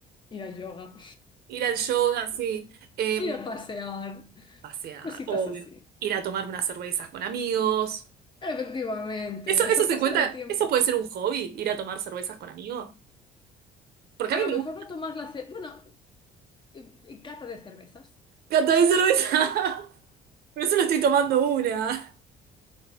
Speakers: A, on the left (about 30°); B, on the right (about 65°).
A: ir a yoga,
B: Ir al yoga, sí.
A: <laughs>
B: Em,
A: ir a pasear,
B: pasear,
A: cositas
B: obvio.
A: así.
B: Ir a tomar unas cervezas con amigos.
A: Efectivamente,
B: Eso,
A: o
B: eso
A: sea,
B: se
A: pasa
B: cuenta,
A: el tiempo.
B: eso puede ser un hobby, ir a tomar cervezas con amigos. Porque
A: A
B: a mí
A: lo
B: me
A: mejor
B: gusta
A: no tomas la cerveza, bueno, eh, eh, cata de cervezas.
B: catar cerveza. <laughs> Pero solo estoy tomando una.